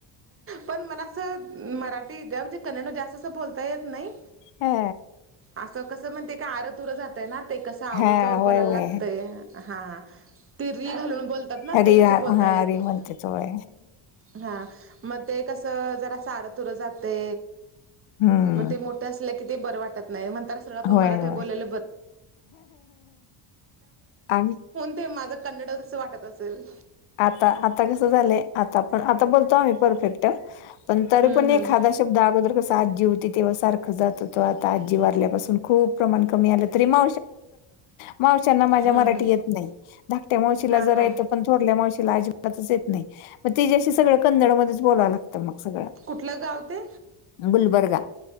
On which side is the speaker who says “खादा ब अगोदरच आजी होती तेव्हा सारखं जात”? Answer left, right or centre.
Left